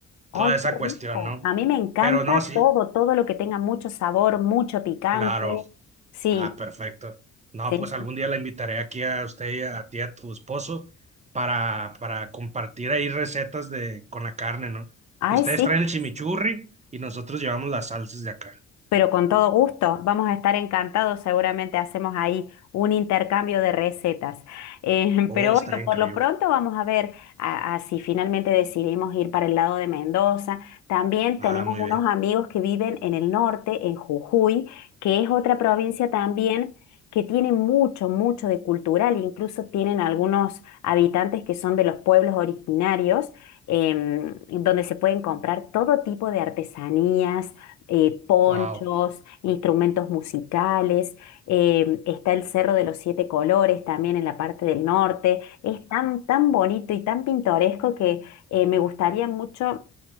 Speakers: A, on the left (about 65°); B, on the right (about 25°).
A: ¡Ay,
B: toda esa
A: qué
B: cuestión,
A: rico!
B: ¿no?
A: A mí me encanta
B: Pero no, sí,
A: todo, todo lo que tenga mucho sabor, mucho picante.
B: claro.
A: Sí,
B: Ah, perfecto. No,
A: sí,
B: pues algún
A: sí.
B: día la invitaré aquí a usted y a ti, a tu esposo, para, para compartir ahí recetas de, con la carne, ¿no?
A: Ay,
B: Ustedes
A: sí,
B: traen el chimichurri y nosotros llevamos las salsas de acá.
A: Pero con todo gusto, vamos a estar encantados, seguramente hacemos ahí un intercambio de recetas. Eh,
B: Oh,
A: <laughs> pero
B: estaría
A: bueno,
B: increíble.
A: por lo pronto vamos a ver a- a si finalmente decidimos ir para el lado de Mendoza. También
B: Ah,
A: tenemos
B: muy
A: unos
B: bien.
A: amigos que viven en el norte, en Jujuy, que es otra provincia también que tiene mucho, mucho de cultural, incluso tienen algunos habitantes que son de los pueblos originarios, em, donde se pueden comprar todo tipo de artesanías eh, ponchos,
B: Wow.
A: instrumentos musicales, eh, está el Cerro de los Siete Colores también en la parte del norte. Es tan, tan bonito y tan pintoresco que eh, me gustaría mucho